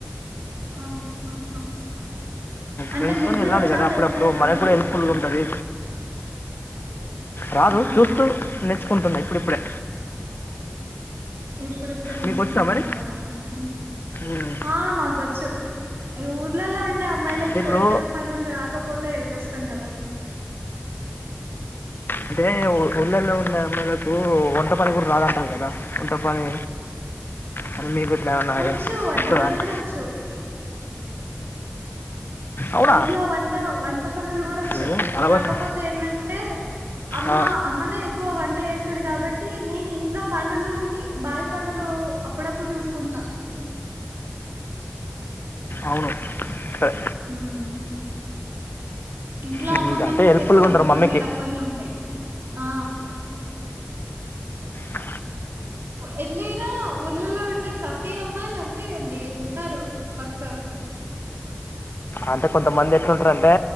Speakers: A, on the right; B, on the left.
A: ఆ, ఆహా. అంటే
B: ్రెల్సుకొని
A: మీకు కూడా
B: వెళ్ళాలి
A: వచ్చా
B: కదా అప్పుడప్పుడు
A: వ్యవసాయ పనులు
B: మ కూడా హెల్ప్ఫుల్గా ఉంటుంది రాదు
A: అవునవును
B: చూస్తూ నేర్చుకుంటుంది ఇప్పుడిప్పుడే
A: ఇప్పుడిప్పుడే నేర్చుకుంటున్నారా!
B: మీకు వచ్చా మరి
A: అహ
B: ఉమ్,
A: ఆ మాకొచ్చు. ఊర్లల్లో ఉండే అమ్మాయిలకి
B: అంటే ఇప్పుడు
A: వ్యవసాయం పనులు రాకపోతే ఎ కష్టం కదా
B: అంటే ఊళ్ళల్లో ఉండే అమ్మాయిలకు వంట పని కూడా రాదంటారు కదా వంట పని అని మీకు ఇట్లా ఉన్నాయి
A: వచ్చు వంట
B: ఇస్తుదన్ని
A: పని కూడా వచ్చు
B: అవునా
A: ఇంట్లో వంట వంట పనులు గూడొచ్చు.
B: ఏమో, చాలా
A: కాకపోతే
B: వరకు
A: ఏందంటే! అమ్మ
B: ఆ,
A: అమ్మనే ఎక్కువ వం వంట చేస్తది కాబట్టి నేను ఇంట్లో పనులుని, బావి పనులు అప్పుడప్పుడు చూసుకుంటా.
B: అవును సరే
A: హ్మ్మ్ ఇంట్లో
B: ఉమ్,
A: అమ్మున్నంత
B: అంటే హెల్ప్ఫుల్గా
A: సేపు వంట
B: ఉంటారు మమ్మీకి
A: పనులు తక్కువనే ఉంటయ్. ఆ
B: ఆ
A: ఎట్లైనా ఊర్ళలో ఉండే ప్రతి అమ్మాయిలంతే అండి ఉంటారు. క
B: అంటే కొంతమంది ఎట్లుంటారు అంటే